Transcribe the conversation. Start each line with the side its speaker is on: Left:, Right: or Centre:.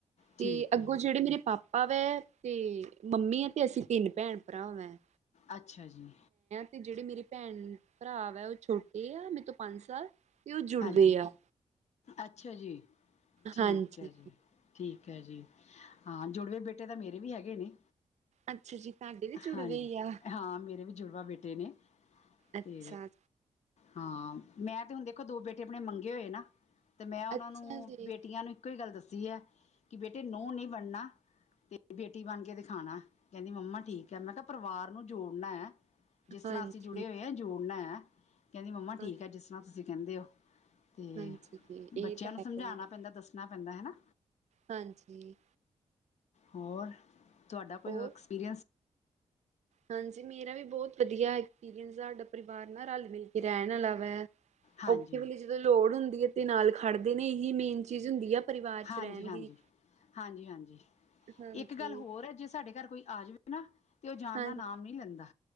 Left: ਠੀਕ
Right: ਤੇ ਅੱਗੋਂ
Left: ਹੈ
Right: ਜਿਹੜੇ ਮੇਰੇ ਪਾਪਾ ਪਾ ਵੈ ਤੇ ਮੰਮੀ ਹੈ ਤੇ ਅਸੀਂ ਤਿੰਨ ਪੈਣ ਪਰਾਵਾਂ
Left: ਅੱਛਾ ਜੀ।
Right: ਤੇ ਜਿਹੜੇ ਮੇਰੀ ਪੈਣ ਪਰਾ ਵ ਉਹ ਛੋਟੇ ਆ ਮੇਰੇ ਤੋਂ ਪੰਜ ਸਾਲ। ਤੇ ਉਹ ਜੁੜਵੇ
Left: ਹਾਂਜੀ,
Right: ਆ
Left: ਅੱਛਾ ਜੀ। ਠੀਕ
Right: ਹਾਂਜੀ।
Left: ਹੈ ਜੀ ਠੀਕ ਹੈ ਜੀ, ਹਾਂ ਜੁੜਵੇ ਬੇਟੇ ਤਾਂ ਮੇਰੇ ਵੀ ਹੈਗੇ ਨੇ।
Right: ਅੱਛਾ ਜੀ ਤੁਹਾਡੇ ਵੀ ਜੁੜਵੇ
Left: ਹਾਂਜੀ,
Right: ਹੀ ਆ
Left: ਹਾਂ, ਮੇਰੇ ਵੀ ਜੁੜਵਾ ਬੇਟੇ ਨੇ।
Right: ਅੱਛਾ
Left: ਤੇ ਹਾਂ ਮੈਂ ਤੇ ਹੁਣ ਦੇਖੋ ਦੋ ਬੇਟੇ ਆਪਣੇ ਮੰਗੇ ਹੋਏ ਨਾ। ਤੇ ਮੈਂ ਉਹਨਾਂ
Right: ਅੱਛਾ
Left: ਨੂੰ
Right: ਜੀ
Left: ਬੇਟੀਆਂ ਨੂੰ ਇੱਕੋ ਹੀ ਗੱਲ ਦੱਸੀ ਹੈ ਕਿ ਬੇਟੇ ਨੂੰਹ ਨਹੀਂ ਬਣਨਾ ਤੇ ਬੇਟੀ ਬਣ ਕੇ ਦਿਖਾਣਾ, ਕਹਿੰਦੀ ਮੰਮਾ ਠੀਕ ਹੈ, ਮੈਂ ਕਿਹਾ ਪਰਿਵਾਰ ਨੂੰ ਜੋੜਨਾ ਐ। ਜਿਸ ਤਰ੍ਹਾਂ
Right: ਹਾਂਜੀ
Left: ਅਸੀਂ ਜੁੜੇ ਹੋਏ ਹਾਂ, ਜੋੜਨਾ ਐ। ਕਹਿੰਦੀ ਮੰਮਾ
Right: ਹਾਂ-
Left: ਠੀਕ ਹੈ, ਜਿਸ ਰਾ ਤੁਸੀਂ ਕਹਿੰਦੇ ਹੋ। ਤੇ
Right: ਹਾਂਜੀ ਇਹ
Left: ਬੱਚਿਆਂ
Right: ਤਾਂ
Left: ਨੂੰ
Right: ਹੈਗਾ
Left: ਸਮਝਾਣਾ
Right: ਹੀ ਹੈ।
Left: ਪੈਂਦਾ ਦੱਸਣਾ ਪੈਂਦਾ ਹੈ ਨਾ।
Right: ਹਾਂਜੀ।
Left: ਹੋਰ ਤੁਹਾਡਾ ਕੋਈ
Right: ਹੋਰ
Left: ਐਕਸਪੀਰੀਅੰਸ।
Right: ਹਾਂਜੀ, ਮੇਰਾ ਵੀ ਬਹੁਤ ਵਧੀਆ ਐਕਸਪੀਰੀਅੰਸ ਸਾਡਾ ਪਰਿਵਾਰ ਨਾ ਰਲ ਮਿਲ ਕੇ ਰਹਿਣ ਵਾਲਾ ਵਾ
Left: ਹਾਂਜੀ
Right: ਔਖੇ ਵੇਲੇ ਜਦੋਂ ਲੋੜ ਹੁੰਦੀ ਐ ਤੇ ਨਾਲ ਖੜਦੇ ਨੇ ਇਹੀ ਮੇਨ ਚੀਜ਼ ਹੁੰਦੀ ਆ। ਪਰਿਵਾਰ ਚ
Left: ਹਾਂਜੀ,
Right: ਰਹਿਣ
Left: ਹਾਂਜੀ,
Right: ਦੀ
Left: ਹਾਂਜੀ, ਹਾਂਜੀ,
Right: ਹਾਂਜੀ
Left: ਇੱਕ ਗੱਲ ਹੋਰ ਹੈ ਜੇ ਸਾਡੇ ਘਰ ਕੋਈ ਆ ਜਾਵੇ ਤੇ ਉਹ ਜਾਣ
Right: ਹਾਂਜੀ
Left: ਦਾ ਨਾਮ ਨੀ ਲੈਂਦਾ,